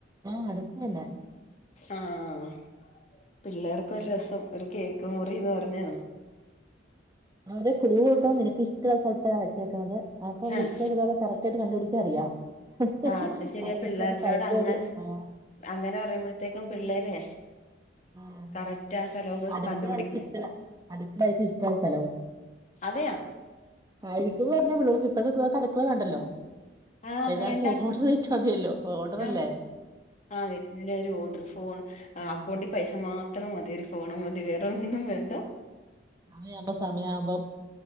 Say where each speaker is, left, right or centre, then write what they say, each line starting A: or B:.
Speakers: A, on the right; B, on the left.
A: ആഹ് അടുത്ത് തന്നെ
B: ആഹ് പിള്ളേർക്കൊരു
A: ഉം
B: രസം ഒരു കേക്ക് മുറീന്ന് പറഞ്ഞാ
A: അവന്റെ കുളിക കൊടുക്കണം നിനക്ക് ഇഷ്ടള്ള സ്ഥലത്താ വെച്ചേക്കുന്നത് അപ്പൊവള്
B: ആഹ്
A: ഇഷ്ടന്നൂല്ലാതെ കറക്റ്റായിട്ട് കണ്ട് പിടിക്കാനറിയാം ഹ്‌ഹ്
B: അത് ശരിയാ പിള്ളേരോട്
A: <unintelligible>
B: അങ്ങനെ
A: ഒരു ആ
B: അങ്ങനെ പറയുമ്പോഴത്തേക്കും പിള്ളേരെ
A: ആഹ്
B: കറക്റ്റ് ആ സ്ഥലമൊക്കെ
A: അലക്ക്
B: കണ്ടുപിടിക്കുവേ
A: <unintelligible> ഇഷ്ടായി സ്ഥലവും
B: അതെയാ
A: ആയിരിക്കുന്ന് പറഞ്ഞ പിള്ളർക്ക് ഇപ്പത്തെ പിള്ളർക്ക് അടുക്കള വേണ്ടല്ലോ
B: ആഹ്
A: എല്ലാർക്കും
B: വേണ്ട
A: ഓഡർ <unintelligible> യല്ലോ ഓഡറല്ലേ
B: ആഹ് ആഹ് എല്ലാരും ഓഡറ് ഫോണ്
A: ഉം
B: അക്കൗണ്ടി പൈസ മാത്രം മതി ഒരു ഫോണും മതി വേറെ ഒന്നും വേണ്ട
A: സമയാമ്പം സമയാമ്പം